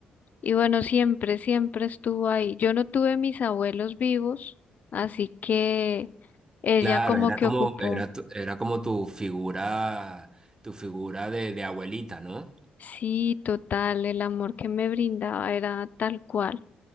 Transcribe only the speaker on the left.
y bueno, siempre, siempre estuvo ahí. Yo no tuve mis abuelos vivos, así que ella
como
que
ocupó.
Sí, total, el amor que me brindaba era tal cual.